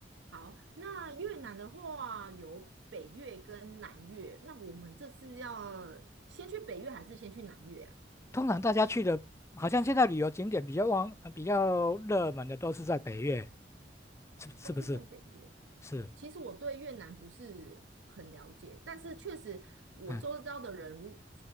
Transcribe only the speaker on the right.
好，那越南的话有北越跟南越，那我们这次要先去北越还是先去南越啊？
都是在北越。
其实我对越南不是很了解，但是确实我周遭的人如